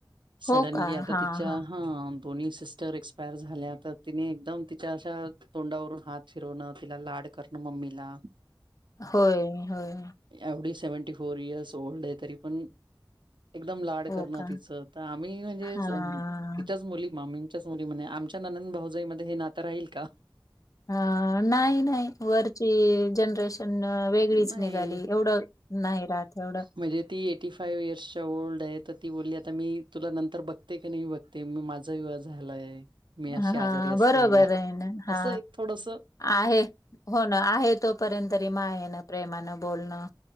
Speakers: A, on the left; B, on the right.
A: हो
B: सडनली
A: का?
B: आता
A: हां,
B: तिच्या
A: हां.
B: हा. दोन्ही सिस्टर एक्सपायर झाले तर तिने एकदम तिच्या अशा तोंडावरून हात फिरवणं तिला लाड करणं मम्मीला
A: होय होय.
B: एवढी सेव्हंटी फोर इयर्स ओल्ड आहे तरी पण एकदम लाड
A: हो
B: करणं
A: का?
B: तिचं तर आम्ही म्हणजे
A: हां.
B: च तिच्याच मुली मामी आमच्याच मुली म्हणे आमच्या ननंद भाऊजाई मध्ये हे नातं राहील का?
A: अ नाही नाही वरची जनरेशन वेगळीच.
B: नाही
A: निघाली एवढं नाही राहत एवढं
B: म्हणजे ती एटी फाइव्ह इयर्सच्या ओल्ड आहे तर ती बोलली आता मी तुला नंतर बघते की नाही बघ ते मी माझा विवाह झालाय. मी अशी
A: हा
B: आजारी
A: हा
B: असते
A: बरोबर आहे ना हा
B: असं एक थोडस
A: आहे हो ना आहे तोपर्यंत तरी मायेन प्रेमानं बोलणं